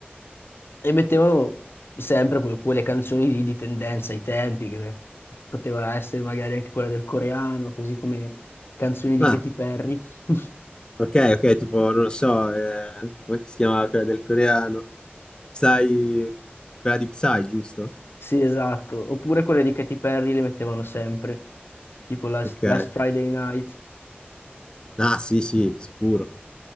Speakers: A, on the left; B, on the left.
A: e mettevano sempre que- quelle canzoni lì di tendenza ai tempi, che poteva essere magari anche quella del coreano, così come canzoni di
B: Ah,
A: Katy Perry. <laughs>
B: ok, ok, tipo, non lo so, eh, come si chiama quella del coreano? Psy, quella di Psy, giusto?
A: Sì, esatto. Oppure quelle di Katy Perry le mettevano sempre, tipo Last,
B: Ok.
A: Last Friday Night.
B: Ah, sì, sì, sicuro.